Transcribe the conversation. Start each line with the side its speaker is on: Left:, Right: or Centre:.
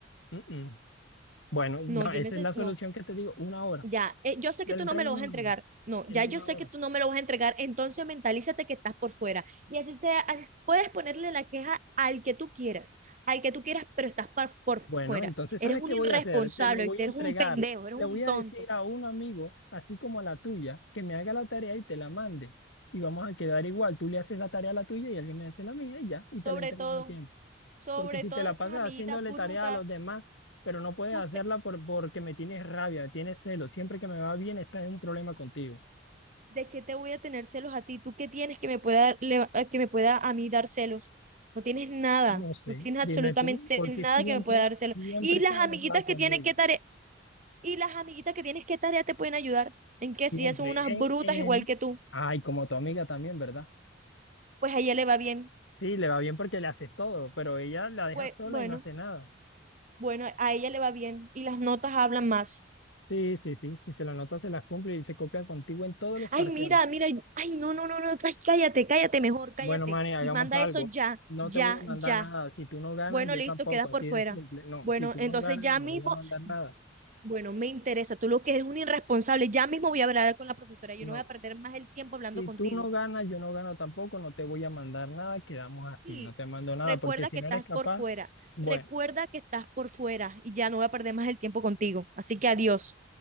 Left: Mm, mm. Bueno, no,
Right: no, yo
Left: esa
Right: necesito,
Left: es la solución
Right: no,
Left: que te digo. Una hora.
Right: Ya, eh, yo sé
Left: Te
Right: que tú
Left: la entrego
Right: no me lo
Left: en
Right: vas
Left: una
Right: a entregar.
Left: hora.
Right: No,
Left: En
Right: ya
Left: una
Right: yo sé
Left: hora.
Right: que tú no me lo vas a entregar, entonces mentalízate que estás por fuera. Y así sea, así- puedes ponerle la queja al que tú quieras, al que tú quieras, pero estás par- por, fuera.
Left: Bueno, entonces,
Right: Eres
Left: ¿sabes
Right: un
Left: qué voy
Right: irresponsable,
Left: a hacer? Te lo voy
Right: ¿viste?
Left: a
Right: Eres
Left: entregar.
Right: un pendejo, eres
Left: Le
Right: un
Left: voy a
Right: tonto.
Left: decir a un amigo, así como a la tuya, que me haga la tarea y te la mande. Y vamos a quedar igual. Tú le haces la tarea a la tuya y alguien me hace la mía y ya. Y
Right: Sobre
Left: te la entregan
Right: todo,
Left: a tiempo.
Right: sobre
Left: Porque si
Right: todo
Left: te la
Right: esas
Left: pasas
Right: amiguitas
Left: haciéndole
Right: brutas,
Left: tarea a los demás, pero no puedes
Right: usted,
Left: hacerla por, porque me tienes rabia, me tienes celo, siempre que me va bien estás en un problema contigo.
Right: ¿de qué te voy a tener celos a ti? ¿Tú qué tienes que me pueda, leva- eh, que me pueda a mí dar celos? No tienes nada,
Left: No sé,
Right: no tienes
Left: dime
Right: absolutamente
Left: tú, porque
Right: nada
Left: siempre,
Right: que me pueda dar celos.
Left: siempre
Right: Y
Left: estás
Right: las amiguitas
Left: enojada conmigo.
Right: que tienen que tarea, Y las amiguitas que tienes, ¿qué tarea te pueden ayudar? En que
Left: Siempre.
Right: si ellas son unas
Left: En,
Right: brutas
Left: en-
Right: igual que tú,
Left: Ay, como tu amiga también, ¿verdad?
Right: pues a ella le va bien.
Left: Sí, le va bien porque le haces todo, pero ella la deja
Right: Pues
Left: sola
Right: bueno,
Left: y no hace nada.
Right: bueno, a ella le va bien y las notas hablan más.
Left: Sí, sí, sí, si se la nota se las cumple y se copia contigo en todos los parciales.
Right: Ay, mira, mira, ay, no, no, no, no, ay, cállate, cállate mejor, cállate.
Left: Bueno, Manny, hagamos
Right: Y manda
Left: algo.
Right: eso ya,
Left: No
Right: ya,
Left: te voy a mandar
Right: ya.
Left: nada. Si tú no ganas,
Right: Bueno,
Left: yo
Right: listo,
Left: tampoco.
Right: quedas
Left: Así
Right: por fuera.
Left: de simple. No,
Right: Bueno,
Left: si tú
Right: entonces
Left: no ganas,
Right: ya
Left: no
Right: mismo,
Left: voy a mandar nada.
Right: bueno, me interesa, tú lo que eres un irresponsable, ya mismo voy a hablar con la profesora, yo
Left: No.
Right: no voy a perder más el tiempo
Left: Si
Right: hablando contigo.
Left: tú no ganas, yo no gano tampoco. No te voy a mandar nada. Quedamos así.
Right: Sí,
Left: No te mando nada.
Right: recuerda
Left: Porque si
Right: que
Left: no
Right: estás
Left: eres capaz,
Right: por fuera,
Left: bueno.
Right: recuerda que estás por fuera y ya no voy a perder más el tiempo contigo. Así que adiós.